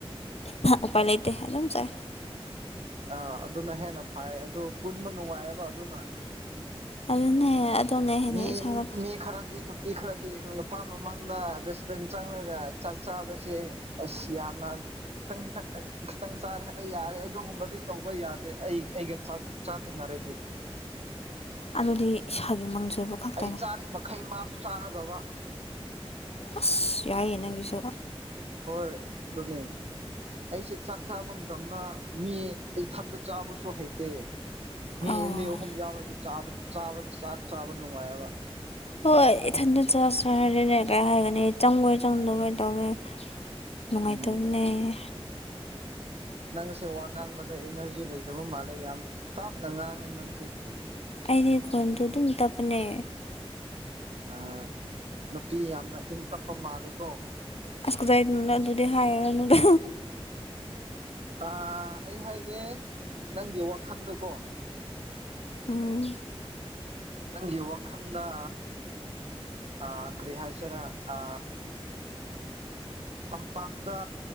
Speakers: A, on the left (about 75°); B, on the right (about 80°).
A: ꯎꯄꯥꯏ ꯂꯩꯇꯦ ꯑꯗꯨꯝ ꯆꯥꯏ
B: ꯑꯥ ꯑꯗꯨꯅ ꯍꯦꯟꯅ ꯐꯥꯏ ꯑꯗꯨ ꯄꯨꯟꯕ ꯅꯨꯡꯉꯥꯏꯑꯦꯕ ꯑꯗꯨꯅ
A: ꯑꯗꯨꯅꯦ ꯑꯗꯨꯅꯦ ꯍꯦꯟꯅ
B: ꯃꯤ
A: ꯏꯁꯥꯗ
B: ꯃꯤ ꯈꯔꯗꯤ ꯅꯨ ꯅꯨꯄꯤ ꯈ꯭ꯔꯗꯤ ꯅꯨꯄꯥ ꯃꯃꯥꯡꯗ ꯔꯦꯁꯇ꯭ꯔꯨꯔꯦꯟ ꯆꯪꯔꯒ ꯆꯥꯛ ꯆꯥꯕꯁꯤ ꯑꯁ ꯌꯥꯝꯅ ꯈꯤꯇꯪ ꯈꯤꯇꯪ ꯑꯦ ꯈꯤꯇꯪ ꯆꯥꯔꯦ ꯑꯩ ꯌꯥꯔꯦ ꯑꯗꯨꯒꯨꯝꯕꯗꯤ ꯇꯧꯕ ꯌꯥꯗꯦ ꯑꯩ ꯑꯩꯒ ꯆꯥ ꯆꯥꯃꯤꯟꯔꯗꯤ
A: ꯑꯗꯨꯗꯤ ꯏꯁꯥꯒꯤ ꯃꯪꯖꯕ ꯈꯛꯇꯅꯦ
B: ꯑꯩ ꯆꯥꯔꯤ ꯃꯈꯩ ꯃꯥꯁꯨ ꯆꯥꯒꯗꯕ
A: ꯑꯁ ꯌꯥꯏꯌꯦ ꯅꯪꯒꯤꯁꯨ
B: ꯍꯣꯏ ꯑꯗꯨꯅꯤ ꯑꯩꯁꯦ ꯆꯥꯛ ꯆꯥꯕ ꯃꯇꯝꯗ ꯃꯤ ꯏꯊꯟꯗ ꯆꯥꯕꯁꯨ ꯍꯩꯇꯦ ꯃꯤ
A: ꯑꯥ
B: ꯑꯅꯤ ꯑꯍꯨꯝ ꯌꯥꯎꯔꯗꯤ ꯆꯥꯕ ꯆꯥꯕ ꯆꯥꯛ ꯆꯥꯕ ꯅꯨꯡꯉꯥꯏꯑꯦꯕ
A: ꯍꯣꯏ ꯏꯊꯟꯇ ꯆ ꯆ ꯍꯥꯏꯔꯅꯦ ꯀꯩ ꯍꯥꯏꯒꯅꯤ ꯆꯪꯕꯣꯏ ꯆꯪꯗꯕꯣꯏ ꯇꯧꯅꯦ ꯅꯨꯡꯉꯥꯏꯇꯕꯅꯦ
B: ꯎꯝ ꯅꯪꯁꯦ ꯋꯥ ꯉꯥꯡꯕꯗ ꯏꯅꯔꯖꯤ ꯂꯩꯇꯕ ꯃꯥꯜꯂꯦ ꯌꯥꯝ ꯇꯥꯞꯅ ꯉꯥꯡꯉꯦ ꯅꯪꯁꯦ
A: ꯑꯩꯗꯤ ꯈꯣꯟꯁꯨ ꯑꯗꯨꯝ ꯇꯞꯄꯅꯦ
B: ꯑ ꯅꯨꯄꯤ ꯌꯥꯝꯅ ꯏꯪ ꯇꯞꯄ ꯃꯥꯜꯂꯤꯀꯣ
A: ꯑꯁ ꯀꯗꯥꯥꯏꯗꯩꯅꯣ ꯑꯗꯨꯗꯤ ꯍꯥꯏꯔꯨꯔꯅꯨꯗ
B: ꯑ ꯑꯩ ꯍꯥꯏꯒꯦ ꯅꯪꯒꯤ ꯋꯥꯈꯜꯗꯀꯣ
A: ꯎꯝ
B: ꯅꯪꯒꯤ ꯋꯥꯈꯟꯗ ꯑ ꯀꯔꯤ ꯍꯥꯁꯤꯔꯥ ꯑ ꯇꯝꯄꯥꯛꯇ